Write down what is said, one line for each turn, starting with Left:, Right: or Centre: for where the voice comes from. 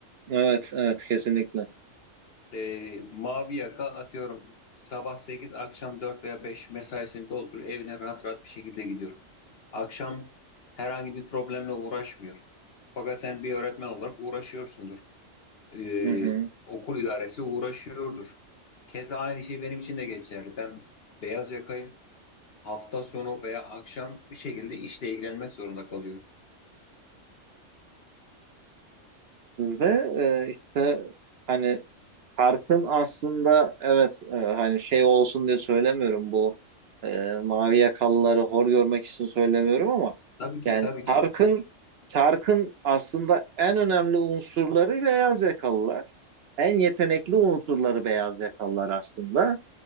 Right: Evet, evet kesinlikle.
Left: e, mavi yaka atıyorum sabah 8, akşam 4 veya 5 mesaisini dolduruyor evine rahat rahat bir şekilde gidiyor. Akşam herhangi bir problemle uğraşmıyor. Fakat sen bir öğretmen olarak uğraşıyorsundur. E,
Right: Hı hı.
Left: okul idaresi uğraşıyordur. Keza aynı şey benim için de geçerli. Ben beyaz yakayım. Hafta sonu veya akşam bir şekilde işle ilgilenmek zorunda kalıyorum.
Right: Ve e, işte hani Parkın aslında evet e, hani şey olsun diye söylemiyorum bu e, mavi yakalıları hor görmek için söylemiyorum ama
Left: Tabii ki,
Right: yani
Left: tabii ki.
Right: Tark'ın Tark'ın aslında en önemli unsurları beyaz yakalılar. En yetenekli unsurları beyaz yakalılar aslında.